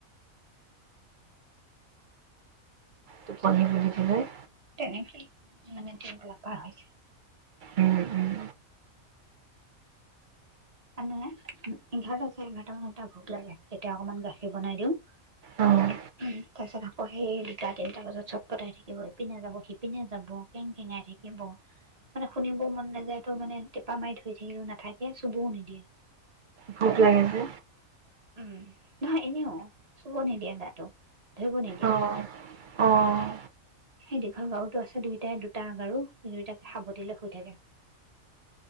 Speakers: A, on the right; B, on the right.
A: টোপনীৰ বুলিবলৈ
B: তেনেকেই মানে বোপাৰ হৈছে <unintelligible>
A: উম উম
B: মানে এঘাৰটা চাৰে এঘাৰটা মান টা ভোক লাগে। তেতিয়া অকমান গাখীৰ বনাই দিও। তাৰ
A: অ'।
B: পিছত আকৌ সেই দুটা তিনিটা বজাত চট ফটাই থাকিব, ইপিনে যাব, সিপিনে যাব, কেং কেঙাই থাকিব, মানে শুনিবও মন নাযায় তো মানে টেপা মাৰি ধই থাকিলো নাথাকে চুবও নিদি <inaudible>
A: ভুক লাগেছে
B: উম নহ এনেও চুব নিদিয়ে টো ধৰিব নিদিয়া
A: অ', অ',
B: সেই দীঘল গাৰুতো আছে দুয়টাই দুটা গাৰু সেই দুয়টাকে সাৱটিলে শুই থাকে